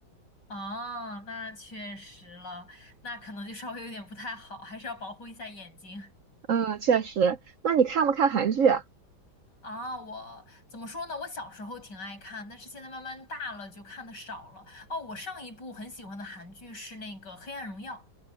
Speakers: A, on the left; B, on the right.
A: 哦，那确实了，那可能就稍微有点不太好，还是要保护一下眼睛。
B: <laughs> 嗯，确实。那你看不看韩剧啊？
A: 啊，我怎么说呢？我小时候挺爱看，但是现在慢慢大了就看的少了。哦，我上一部很喜欢的韩剧是那个《黑暗荣耀》。